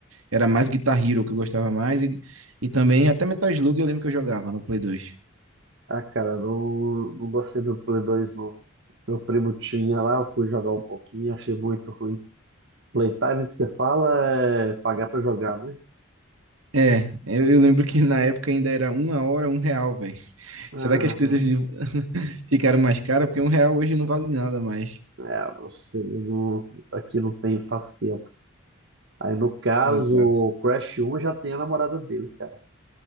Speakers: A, on the right; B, on the right.
A: Era mais Guitar Hero que eu gostava mais e, e também até Metal Slug eu lembro que eu jogava no Play 2.
B: Ah, cara, não, não gostei do Play 2, não. Meu primo tinha lá, eu fui jogar um pouquinho, achei muito ruim. Playtime que você fala é pagar pra jogar, né?
A: É, eu, eu lembro que na época ainda era uma hora, um real, velho.
B: Aham.
A: Será que as coisas de- <laughs> ficaram mais caras? Porque um real hoje não vale nada mais.
B: É, eu não sei, eu não- aqui não tem faz tempo. Aí no caso,
A: Exato.
B: o Crash 1 já tem a namorada dele, cara.